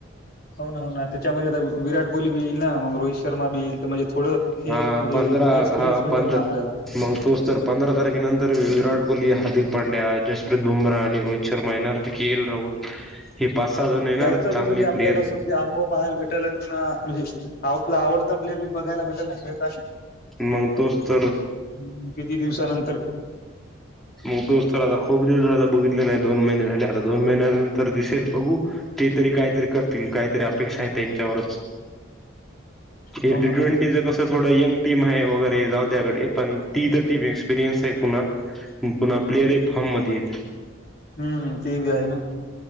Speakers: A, on the left (about 45°); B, in the centre.
A: हो ना, हो ना, त्याच्यामध्ये आता, विराट कोहली बी येईल ना, मग रोहित शर्मा बी येईल. तर म्हणजे थोडं हे
B: हा
A: म्हणजे
B: पंधरा,
A: एक्सपिरियन्स
B: हा
A: भेटेल
B: पध
A: ना आपल्याला.
B: मग तोच तर पंधरा तारखेनंतर, विराट कोहली, हार्दिक पांड्या, जसप्रीत गुमराहन आणि रोहित शर्मा येणारथ के एल राहुल हे पाच सहा जण येणार
A: त्याचा बी
B: चांगले
A: म्हणजे आपल्याला
B: प्लेयर
A: अस, म्हणजे अनुभव पाहाला भेटाला किं, म्हणजे आपला आवडता प्लेयर बी बघायला भेटल ना खेळताना.
B: मग तोच तर
A: ह् किती दिवसानंतर
B: मग तोच तर आता खूप दिवस झालं बघितलं नाही, दोन महिने झाले, आता दोन महिन्यानंतर दिसेल बघू. ते तरी काहीतरी करतील, काहीतरी अपेक्षा आहे त्यांच्यावरच.
A: <inaudible>
B: हे
A: हो
B: टी
A: ना हो
B: ट्वेंटीचं
A: ना.
B: कसं थोडं यंग टीम आहे वगैरे जाऊद्या गडे पण ती तर टीम एक्सपिरियन्स आहे पुन्हा. पुन्हा प्लेअरही फॉर्म मध्ये येत.
A: हम्म ते ब आहे ना.